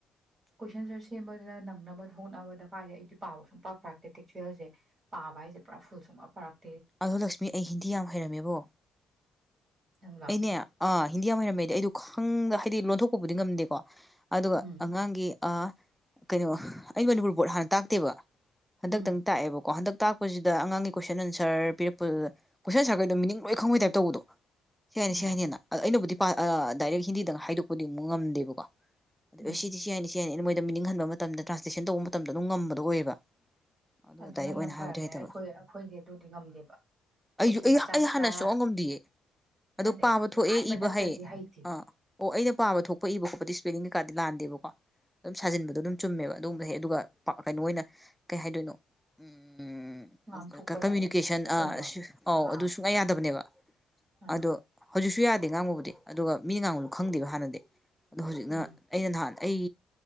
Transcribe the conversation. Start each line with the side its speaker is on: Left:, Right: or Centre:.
Right: ꯀꯣꯏꯁꯟ ꯑꯟꯁꯔ ꯁꯦꯝꯕꯗꯨꯅ ꯅꯪꯅꯕ ꯍꯣꯠꯅꯕꯗ ꯀꯥꯏꯗ ꯑꯩꯗꯤ ꯄꯥꯕ ꯁꯨꯝ ꯄꯥ ꯄꯥꯔꯛꯇꯦ ꯇꯦꯛꯆꯨꯋꯦꯜꯁꯦ ꯄꯥꯕ ꯍꯥꯏꯁꯦ ꯄꯨꯔꯥ ꯐꯨꯜ ꯁꯨꯡꯄꯥ ꯄꯥꯔꯛ
Centre: ꯑꯗꯣ ꯂꯛꯁꯃꯤ ꯑꯩ ꯍꯤꯟꯗꯤ ꯌꯥꯝ ꯍꯩꯔꯝꯃꯦꯕꯣ꯫
Right: ꯅꯪꯂꯥ
Centre: ꯏꯩꯅꯦ ꯑꯥ ꯍꯤꯟꯗꯤ ꯌꯥꯝ ꯍꯩꯔꯝꯃꯦꯗꯤ ꯑꯩꯗꯣ ꯈꯪꯗ ꯍꯥꯏꯗꯤ ꯂꯣꯟꯊꯣꯛꯄꯕꯨꯗꯤ ꯉꯝꯗꯦꯀꯣ꯫ ꯑꯗꯨꯒ
Right: ꯎꯝ
Centre: ꯑꯉꯥꯡꯒꯤ ꯑ ꯀꯩꯅꯣ ꯑꯩ ꯃꯅꯤꯄꯨꯔ ꯕꯣꯠ ꯍꯥꯟꯅ ꯇꯥꯛꯇꯦꯕ꯫ ꯍꯟꯗꯛꯇꯪ
Right: ꯎꯝ
Centre: ꯇꯥꯛꯑꯦꯕꯀꯣ ꯍꯟꯗꯛ ꯇꯥꯛꯄꯁꯤꯗ ꯑꯉꯥꯡꯒꯤ ꯀꯣꯏꯁꯟ ꯑꯟꯁꯔ ꯄꯤꯔꯛꯄꯗꯨꯗ ꯀꯣꯏꯁꯟ ꯑꯟꯁꯔꯩꯗꯣ ꯃꯤꯅꯤꯡ ꯂꯣꯏ ꯈꯪꯉꯩ ꯇꯥꯏꯞ ꯇꯧꯕꯗꯣ꯫ ꯁꯦꯅꯤ
Right: ꯎꯝ
Centre: ꯁꯦꯅꯤꯅ ꯑ ꯑꯩꯅꯕꯨꯗꯤ ꯄꯥ ꯑ ꯗꯥꯏꯔꯦꯛ ꯍꯤꯟꯗꯤꯗꯪ ꯍꯥꯏꯗꯣꯛꯄꯗꯤ ꯑꯃꯨꯛ ꯉꯝꯗꯦꯕꯀꯣ꯫
Right: ꯎꯝ
Centre: ꯑ ꯁꯤꯗꯤ ꯁꯤ ꯍꯥꯏꯅꯤ ꯅꯦꯅ ꯃꯣꯏꯗ ꯃꯤꯅꯤꯡ ꯍꯟꯕ ꯃꯇꯝꯗ ꯇ꯭ꯔꯥꯟꯁꯂꯦꯛꯁꯟ ꯇꯧꯕ ꯃꯇꯝꯗꯣ ꯑꯗꯨꯝ ꯉꯝꯕꯗꯣ ꯑꯣꯏꯌꯦꯕ꯫ ꯑꯗꯨꯒ
Right: ꯑꯗꯨ
Centre: ꯗꯥꯏꯔꯦꯛ
Right: ꯅꯪ
Centre: ꯑꯣꯏꯅ
Right: ꯌꯥꯝ ꯐꯔꯝꯃꯦ
Centre: ꯍꯥꯏꯕꯗꯤ ꯍꯩꯇꯕ
Right: ꯑꯩꯈꯣꯏ ꯑꯩꯈꯣꯏꯗꯤ ꯑꯗꯨꯗꯤ ꯉꯝꯗꯦꯕ꯫
Centre: ꯑꯩꯁꯨ
Right: ꯀꯣꯏꯁꯟ
Centre: ꯑꯩ
Right: ꯃꯆꯥ-ꯃꯆꯥ
Centre: ꯑꯩ ꯍꯥꯟꯅ ꯁꯨꯡꯉꯝ ꯉꯝꯗꯤꯌꯦ ꯑꯗꯣ
Right: ꯑꯗꯩ
Centre: ꯄꯥꯕ
Right: ꯅ ꯌꯥꯝ
Centre: ꯊꯣꯛꯑꯦ
Right: ꯂꯥꯏꯕ
Centre: ꯏꯕ
Right: ꯅꯠꯇ꯭ꯔꯗꯤ
Centre: ꯍꯩ
Right: ꯍꯩꯇꯦ꯫
Centre: ꯑꯥ ꯑꯣ ꯑꯩꯅ ꯄꯥꯝꯕ ꯊꯣꯛꯄ ꯏꯕ ꯈꯣꯠꯄꯗꯤ ꯏꯁ꯭ꯄꯦꯂꯤꯡ ꯀꯩꯀꯥꯗꯤ ꯂꯥꯟꯗꯦꯕꯀꯣ꯫ ꯑꯗꯨꯝ ꯁꯥꯖꯤꯟꯕꯗꯣ ꯑꯗꯨꯝ ꯆꯨꯝꯃꯦꯕ꯫ ꯑꯗꯨꯒꯨꯝꯕ ꯍꯦꯛ ꯑꯗꯨꯒ ꯀꯩꯅꯣ ꯑꯣꯏꯅ ꯀꯩ ꯍꯥꯏꯗꯣꯏꯅꯣ ꯎꯝ ꯝꯝ
Right: ꯉꯥꯡꯊꯣꯛꯄ
Centre: ꯀ ꯀꯃ꯭ꯨꯅꯤꯀꯦꯁꯟ
Right: ꯗꯥꯏꯔꯦꯛ ꯏꯁꯄꯣꯀꯟꯗꯣ
Centre: ꯑ ꯁ ꯑꯥꯎ
Right: ꯑꯥ
Centre: ꯑꯗꯨ ꯁꯨꯡꯌꯥ ꯌꯥꯗꯕꯅꯦꯕ꯫
Right: ꯑꯥ
Centre: ꯑꯗꯣ ꯍꯧꯖꯤꯛꯁꯨ ꯌꯥ ꯗꯤ ꯉꯥꯡꯕꯕꯨꯗꯤ ꯑꯗꯨꯒ ꯃꯤ ꯉꯥꯡꯕꯨꯅ ꯈꯪꯗꯦꯕ ꯍꯥꯟꯅꯗꯤ꯫ ꯑꯣ ꯍꯧꯖꯤꯛꯅ
Right: ꯎꯝ
Centre: ꯑꯩꯅ ꯅꯍꯥꯟ ꯑꯩ